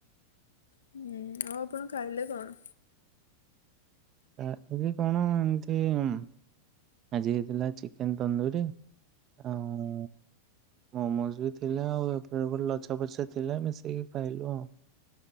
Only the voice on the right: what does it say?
ଆଁ ଇଏ ଏକଣ ଏମ୍ତି ଉଁ ଆଜି ହେଇଥିଲା ଚିକେନ୍ ତନ୍ଦୁରୀ ଆଉ ମୋମୋଜ୍ ବି ଥିଲା ଆଉ ଏତେ ବେଳୁ ଲଛା ପଛା ଥିଲା ମିଶେଇକି ଖାଇଲୁ ଆଉ।